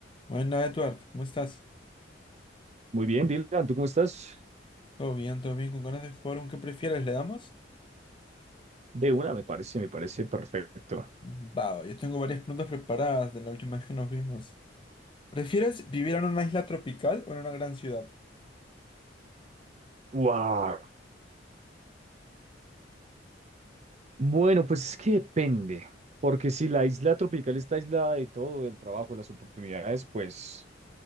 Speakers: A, on the left (about 25°); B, on the right (about 35°).
A: Buenas, Edward, ¿cómo estás?
B: Muy bien, Dylan, ¿tú cómo estás?
A: Todo bien, todo bien, con ganas de jugar un qué prefieres, ¿le damos?
B: De una, me parece, me parece perfecto.
A: Va, yo tengo varias preguntas preparadas de la última vez que nos vimos. ¿Prefieres vivir en una isla tropical o en una gran ciudad?
B: Wow. Bueno, pues es que depende, porque si la isla tropical está aislada de todo, del trabajo, de las oportunidades, pues